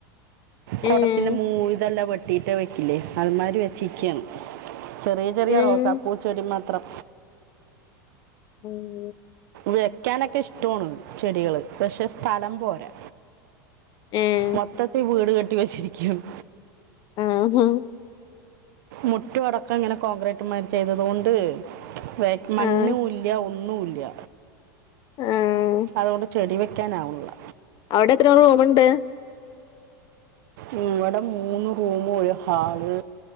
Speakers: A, on the right; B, on the left.
A: കൊടത്തിന്റെ
B: ഏ
A: മൂള് ഇതെല്ലാം വെട്ടിയിട്ട് വെക്കില്ലേ അത് മാതിരി വെച്ചേക്കാണ്. ചെറിയ ചെറിയ
B: ഉം
A: റോസാപ്പൂച്ചെടി മാത്രം.
B: ഉം
A: വെക്കാനൊക്കെ ഇഷ്ട്ടോണ് ചെടികള് പക്ഷെ സ്ഥലം പോരാ.
B: ഏഹ്
A: മൊത്തത്തി വീട് കെട്ടി വെച്ചിരിക്കാണ്.
B: ആ ഹാ
A: മുറ്റഅടക്കം ഇങ്ങനെ കോൺക്രീറ്റുമാരി ചെയ്തത് കൊണ്ട്. വേക് മണ്ണൂല്ല്യ
B: ആഹ്
A: ഒന്നൂല്ല്യ.
B: ആഹ്
A: അതോണ്ട് ചെടി വെക്കാനാവുല്ല.
B: അവിടെത്ര റൂമ്ണ്ട്?
A: ഉം വടെ മൂന്ന് റൂമ് ഒരു ഹാള്